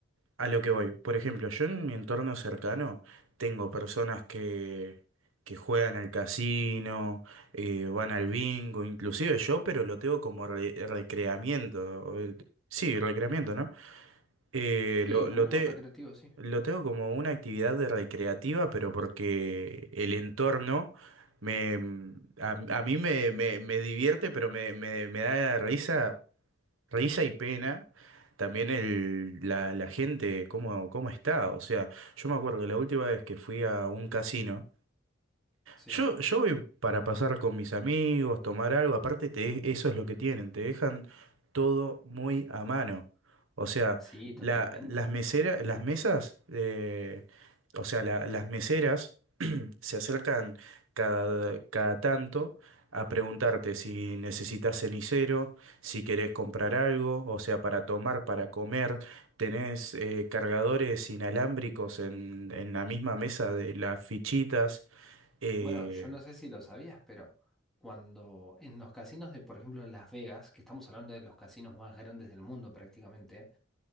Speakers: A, on the right; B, in the centre.
A: A lo que voy, por ejemplo, yo en mi entorno cercano tengo personas que, que juegan al casino, eh, van al bingo, inclusive yo, pero lo tengo como re- recreamiento. o el- Sí, recreamiento, ¿no? Eh,
B: Sí,
A: lo,
B: como
A: lo,
B: algo
A: te-
B: recreativo, sí.
A: lo tengo como una actividad de recreativa, pero porque el entorno me, a, a mí me, me, me divierte, pero me, me, me da risa Risa y pena. También el, la, la gente, cómo, cómo está. O sea, yo me acuerdo la última vez que fui a un casino.
B: Sí,
A: Yo, yo voy para pasar con mis amigos, tomar algo. Aparte, te, eso es lo que tienen. Te dejan todo muy a mano. O sea,
B: sí, totalmente.
A: la, las meseras, las mesas, eh, o sea, la- las meseras se acercan cada, cada tanto a preguntarte si necesitas cenicero, si querés comprar algo, o sea, para tomar, para comer. Tenés eh, cargadores inalámbricos en, en la misma mesa de las fichitas. Eh,
B: Bueno, yo no sé si lo sabías, pero cuando en los casinos de, por ejemplo, en Las Vegas, que estamos hablando de los casinos más grandes del mundo prácticamente,